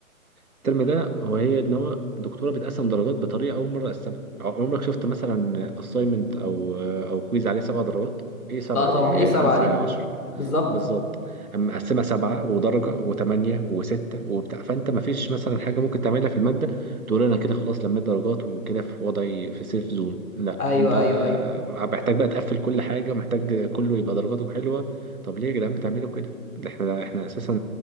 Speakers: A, on the right (about 85°); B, on the left (about 85°).
A: الترم ده هو هي ان هو الدكتوره بتقسم درجات بطريقه اول مره اقسمها عمرك شفت مثلا assignment او او كويز عليه سبع درجات ايه سبعه
B: لا طبعا
A: دي يعني
B: ايه سبعه
A: خمسه
B: دي
A: يا عشر
B: بالظبط
A: بالظبط اما مقسمه سبعه ودرجه وثمانيه وسته وبتاع فانت ما فيش مثلا حاجه ممكن تعملها في الماده تقول انا كده خلاص لميت درجات وكده في وضعي في سيف زون لا
B: ايوه
A: انت
B: ايوه ايوه
A: محتاج بقى تقفل كل حاجه محتاج كله يبقى درجاته حلوه طب ليه يا جدعان بتعملوا كده ده احنا احنا اساسا